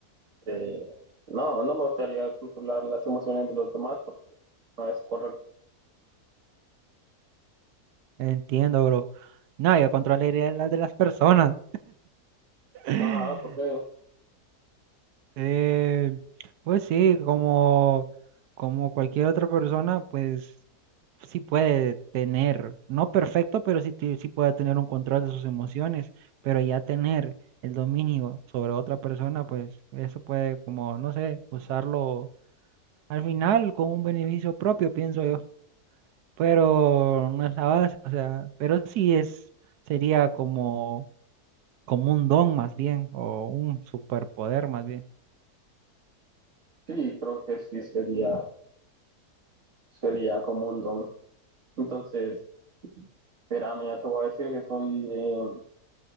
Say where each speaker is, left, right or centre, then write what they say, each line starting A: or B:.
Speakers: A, on the right; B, on the right.
A: eh, no, no me gustaría controlar las emociones de los demás porque no es correcto.
B: Entiendo, bro. No, yo controlaría las de las personas. <laughs>
A: Ajá, porque
B: Eh, pues sí, como, como cualquier otra persona, pues sí puede tener, no perfecto, pero sí, ti- sí puede tener un control de sus emociones, pero ya tener el dominio sobre otra persona, pues eso puede como, no sé, usarlo al final con un beneficio propio, pienso yo, pero no es la base, o sea, pero sí es, sería como, como un don más bien, o un superpoder más bien.
A: sí, creo que sí sería, sería como un don. Entonces, espérame, ya te voy a decir que soy de...